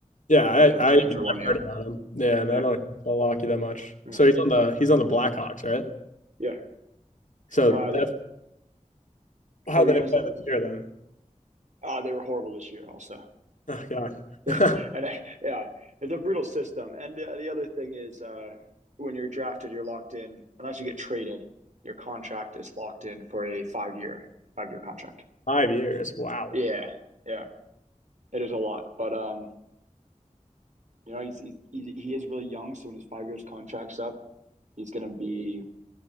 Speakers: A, on the left (about 70°); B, on the right (about 65°).
A: Yeah, I,
B: You're playing
A: I even
B: for one
A: have
B: year.
A: heard about him. Yeah, and
B: Yeah,
A: I don't follow hockey that much.
B: yeah,
A: So he's on the he's on the Blackhawks, right?
B: yeah.
A: So
B: Uh,
A: that's how
B: what were
A: they
B: you gonna say?
A: play this year then.
B: Uh, they were horrible this year. Also,
A: Oh God,
B: <laughs>
A: <laughs>
B: and I, yeah, it's a brutal system. And uh, the other thing is, uh, when you're drafted, you're locked in. Unless you get traded, your contract is locked in for a five year five year contract.
A: five years. Wow.
B: Yeah, yeah, it is a lot. But um, you know, he's, he's he is really young. So when his five years contract's up, he's gonna be